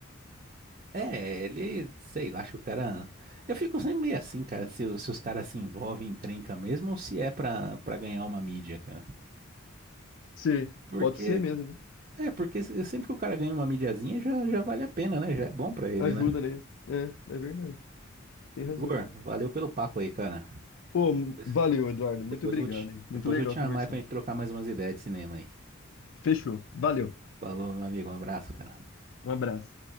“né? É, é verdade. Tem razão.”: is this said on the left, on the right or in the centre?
Left